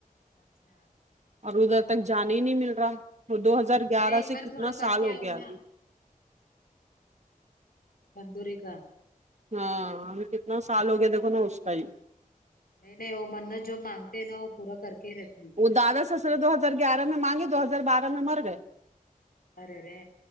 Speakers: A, on the left; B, on the right.
A: اچھا
B: اور ادھر تک جانے ہی نہیں مل رہا وہ دو ہزار گیارہ
A: ایک
B: سے
A: بار
B: کتنا
A: تھوڑا کر
B: سال
A: کے
B: ہو
A: آؤ
B: گیا ابھی
A: نا <unintelligible>
B: ہاں ابھی کتنا سال ہو گیا دیکھو نا اس کا ہی
A: نہیں نہیں وہ منت جو مانگتے ہیں نا وہ پورا کر کے ہی رہتے
B: وہ دادا سسرے دو ہزار گیارہ میں مانگے دو ہزار بارہ میں مر گئے
A: ارے رے